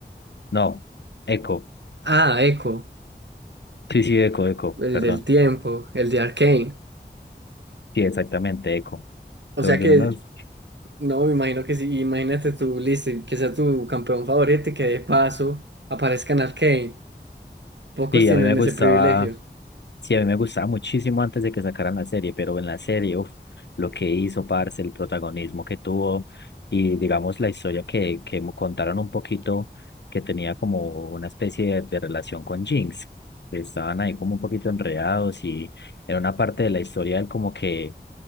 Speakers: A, on the left; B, on the right.
A: No, Echo,
B: Ah, Echo,
A: sí, sí, Echo, Echo,
B: el
A: perdón.
B: del tiempo, el de Arcane.
A: Sí, exactamente, Echo.
B: O
A: Se
B: sea
A: volvió
B: que
A: uno nos,
B: No, me imagino que sí. Imagínate tú, listo, y que sea tu campeón favorito y que de paso aparezca en Arcane. Pocos
A: Sí,
B: tienen
A: a mí me gustaba,
B: ese privilegio.
A: sí, a mí me gustaba muchísimo antes de que sacaran la serie, pero en la serie, uf, lo que hizo, parce, el protagonismo que tuvo y digamos la historia que, que me contaron un poquito, que tenía como una especie de, de relación con Jinx. Estaban ahí como un poquito enredados y en una parte de la historia él como que